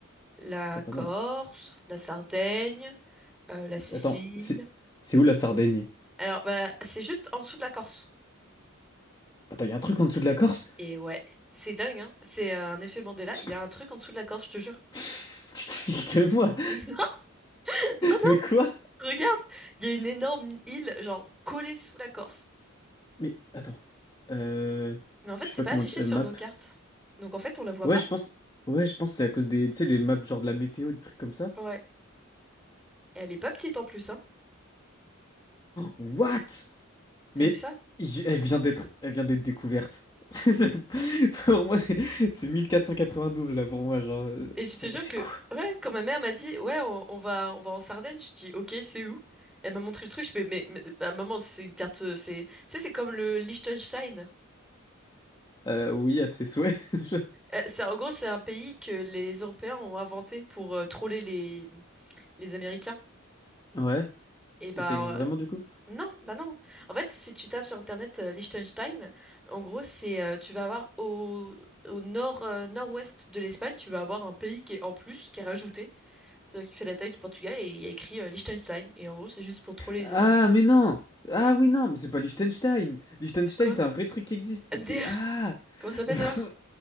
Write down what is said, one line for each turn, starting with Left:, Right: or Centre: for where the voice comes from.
Centre: La
Left: Ah,
Centre: Corse,
Left: pas mal.
Centre: la Sardaigne, euh, la Sicile.
Left: Attends, c'est c'est où la Sardaigne?
Centre: Alors, bah, c'est juste en dessous de la Corse.
Left: Attends, il y a un truc en dessous de la Corse?
Centre: Et ouais, c'est dingue, hein. C'est euh, un effet Mandela.
Left: Tu
Centre: Il
Left: te
Centre: y a un truc en dessous de la Corse, je te jure.
Left: <laughs> tu te fiches de moi? <laughs>
Centre: <laughs> Non,
Left: Mais quoi?
Centre: non, regarde, il y a une énorme île, genre collée sous la Corse.
Left: Mais attends. Euh...
Centre: Mais en fait,
Left: Je sais
Centre: c'est
Left: pas
Centre: pas
Left: comment
Centre: affiché
Left: dire. euh,
Centre: sur
Left: map.
Centre: nos cartes. Donc en fait, on la voit
Left: Ouais,
Centre: pas.
Left: je pense. Ouais, je pense que c'est à cause des, tu sais, des maps genre de la météo, des trucs comme ça.
Centre: Ouais. Et Elle est pas petite en plus, hein.
Left: What?
Centre: T'as
Left: Mais
Centre: vu ça?
Left: il- elle vient d'être, elle vient d'être découverte. <laughs> Pour moi, c'est c'est douze là pour moi, genre. euh,
Centre: Et je
Left: C'est
Centre: te jure
Left: c'est
Centre: que,
Left: quoi?
Centre: ouais, quand ma mère m'a dit, ouais, on, on va, on va en Sardaigne, je dis, ok, c'est où? Elle m'a montré le truc, je fais, mais, mais bah, maman, c'est une carte, euh, c'est, tu sais, c'est comme le Liechtenstein.
Left: Euh, oui, à tes souhaits. <laughs>
Centre: Euh, c'est, en gros, c'est un pays que les Européens ont inventé pour euh, troller les, les Américains.
Left: Ouais.
Centre: Et bah
Left: Et ça existe vraiment
Centre: euh,
Left: du coup?
Centre: non, bah non. En fait, si tu tapes sur internet euh, Liechtenstein, en gros, c'est euh, tu vas avoir au, au nord euh, nord-ouest de l'Espagne, tu vas avoir un pays qui est en plus, qui est rajouté, euh, qui fait la taille du Portugal et il y a écrit euh, Liechtenstein. Et en gros, c'est juste pour troller
Left: Ah,
Centre: les Américains.
Left: mais non! Ah oui, non, mais c'est pas Liechtenstein! Liechtenstein,
Centre: C'est quoi?
Left: c'est un vrai truc qui existe.
Centre: MDR?
Left: C'est. Ah!
Centre: Comment ça s'appelle
Left: <laughs>
Centre: alors?